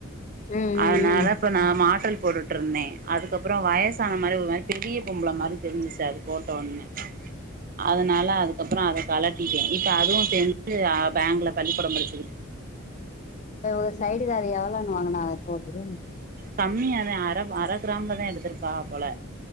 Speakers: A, on the left; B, on the right.
A: ம்
B: அதனால
A: ம்
B: இப்ப நா மாட்டல் போட்டுட்ருந்தேன் அதுக்கப்பறம் வயசான மாரி ஒரு மாரி பெரிய பொம்பள மாரி தெரிஞ்சிச்சது போட்ட ஒன்னே அதனால அதுக்கப்பறம் அத கலட்டிட்டேன் இப்ப அதுவும் சேந்து பேங்க்ல பள்ளிக்கூடம் படிச்சுக்கிட்
A: தொ ஒரு சைடுகு அத எவ்ளோன்னு வாங்கனாங்க தோடு
B: கம்மியாதா அர அர கிராம்லதான் எடுத்திருக்கா போல